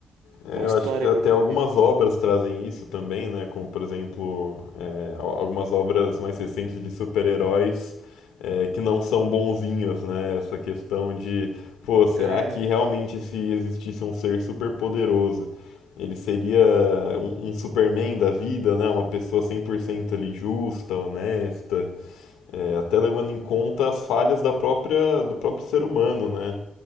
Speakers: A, on the left; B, on the right.
A: É,
B: com a
A: eu
B: história
A: acho que até
B: que o jogo
A: algumas
B: tenta contar.
A: obras trazem isso também, né? Como, por exemplo, é, al- algumas obras mais recentes de super-heróis é, que não são bonzinhos, né? Essa questão de, pô, será
B: É,
A: que realmente se existisse um ser super-poderoso, ele seria um, um Superman da vida, né? Uma pessoa 100% ali justa, honesta, é, até levando em conta as falhas da própria, do próprio ser humano, né?